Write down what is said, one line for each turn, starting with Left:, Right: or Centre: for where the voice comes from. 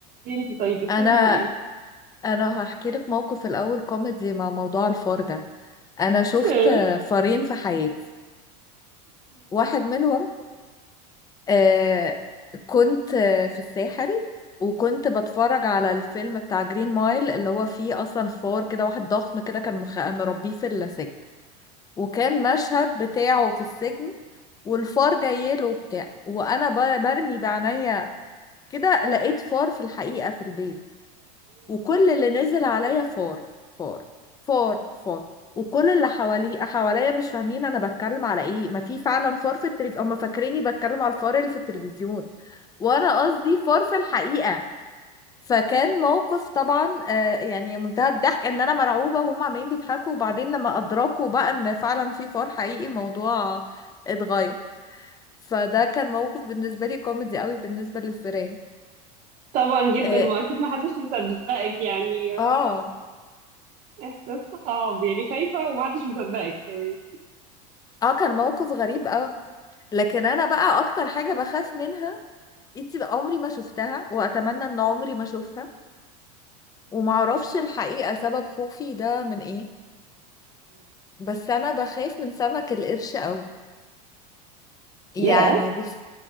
Right: لي انتي طيب بتخافي
Left: انا
Right: من ايه
Left: انا هحكي لك موقف الاول كوميدي مع موضوع الفار ده انا شفت
Right: <laughs>
Left: آه، فارين في حياتي واحد منهم آه كنت آه، في الساحل وكنت بتفرج على الفيلم بتاع جرين مايل اللي هو فيه اصلا فار كده واحد ضخم كده كان مخ... مربيه في السجن وكان مشهد بتاعه في السجن والفار جاي له وبتاع وانا ب... برمي بعينيا كده لقيت فار في الحقيقة في البيت وكل اللي نزل عليا فار فار فار فار وكل اللي حوالي حواليا مش فاهمين انا بتكلم على ايه ما في فعلا فار في التلفزيون هم فاكريني بتكلم على الفار اللي في التلفزيون وانا قصدي فار في الحقيقة فكان موقف طبعا آه، يعني منتهى الضحك ان انا مرعوبة وهم عمالين بيضحكوا وبعدين لما ادركوا بقى ان فعلا في فار حقيقي الموضوع اتغير فده كان موقف بالنسبة لي كوميدي قوي بالنسبة للفيران
Right: طبعا جدا
Left: اه
Right: ما اكيد ما حدش مصدقك يعني
Left: اه
Right: احساس صعب يعني خايفه وما حدش مصدقك كمان
Left: آه، كان موقف غريب قوي لكن انا بقى اكتر حاجه بخاف منها انت بقى عمري ما شفتها واتمنى ان عمري ما اشوفها وما اعرفش الحقيقه سبب خوفي ده من ايه بس انا بخاف من سمك القرش قوي يعني
Right: يا
Left: بص